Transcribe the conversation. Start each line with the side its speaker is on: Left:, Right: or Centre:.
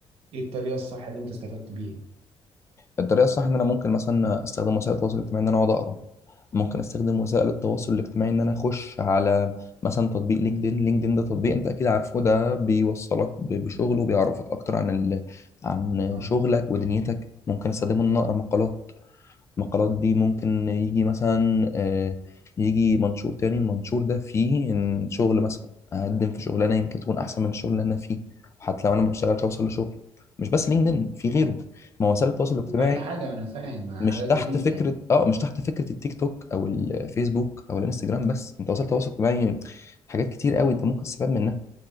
Right: ايه الطريقة الصح اللي انت استفدت بيها
Left: الطريقه الصح ان انا ممكن مثلا استخدم وسائل التواصل الاجتماعي ان انا اقعد اقرا ممكن استخدم وسائل التواصل الاجتماعي ان انا اخش على مثلا تطبيق لينكدين لينكدين ده تطبيق انت اكيد عارفه ده بيوصلك ب- بشغل وبيعرفك اكتر عن ال... عن
Right: طبعاً.
Left: شغلك ودنيتك ممكن استخدمه ان أنا اقرا مقالات المقالات دي ممكن يجي مثلا آه، يجي منشور تاني المنشور ده فيه إن شغل مثلا اقدم في شغلانه يمكن تكون احسن من الشغل اللي انا فيه وحتى لو انا ما بشتغلش اوصل لشغل مش بس لينكدين في غيره ما هو وسائل التواصل الاجتماعي
Right: اي حاجة انا فاهم
Left: مش
Right: حاجات
Left: تحت
Right: كتير
Left: فكره
Right: يعني
Left: اه مش تحت فكره التيك توك او الفيسبوك او الانستجرام بس انت وسائل التواصل الاجتماعي حاجات كتير قوي انت ممكن تستفاد منها